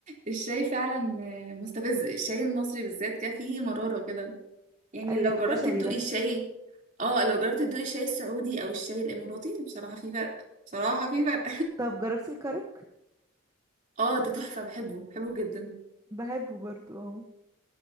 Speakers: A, on the right (about 40°); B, on the right (about 15°).
A: الشاي فعلا مستفز الشاي المصري بالذات كده فيه مرارة كده يعني
B: الكشري
A: لو جربت تدوقي
B: ده
A: الشاي اه لو جربت تدوقي الشاي السعودي او الشاي الاماراتي بصراحة في فرق بصراحة في فرق
B: طب جربتي الكرك
A: <laughs> اه ده تحفة بحبه بحبه جدا
B: بحبه برضو اه